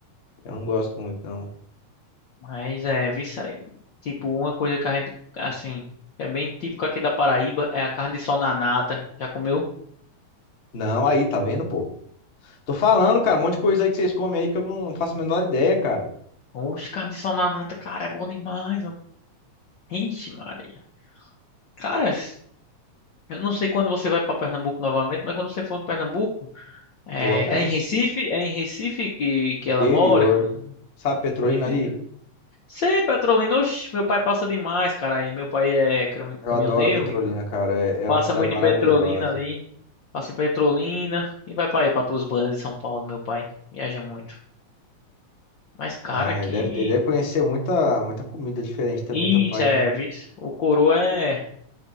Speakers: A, on the left; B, on the left.
A: Eu não gosto muito, não.
B: Mas é, vi isso aí. Tipo, uma coisa que a gente, assim, que é bem típico aqui da Paraíba, é a carne de sol na nata. Já comeu?
A: Não, aí, tá vendo, pô? Tô falando, cara, um monte de coisa aí que vocês comem aí que eu não faço a menor ideia, cara.
B: Oxe, carne de sol na nata, cara, é bom demais, ó. Ixi, Maria. Cara, s- eu não sei quando você vai pra Pernambuco novamente, mas quando você for pra Pernambuco, é,
A: Vou logo menos.
B: é em Recife? É em Recife que, que
A: Interior.
B: ela mora, que você...
A: Sabe, Petrolina
B: É no interior.
A: ali?
B: Sei, Petrolina, oxe, meu pai passa demais, cara, aí. Meu pai é cami-
A: Eu
B: caminhoneiro,
A: adoro Petrolina,
B: então
A: cara. É, é
B: Passa
A: uma cidade
B: muito
A: maravilhosa.
B: em Petrolina ali. Passa em Petrolina e vai pra aí, pra tuas bandas de São Paulo, meu pai. Viaja muito. Mas, cara,
A: Ah,
B: aqui.
A: ele deve ter, ele deve conhecer muita, muita comida diferente também,
B: Isso,
A: teu pai,
B: é,
A: hein?
B: vixe. O coroa é.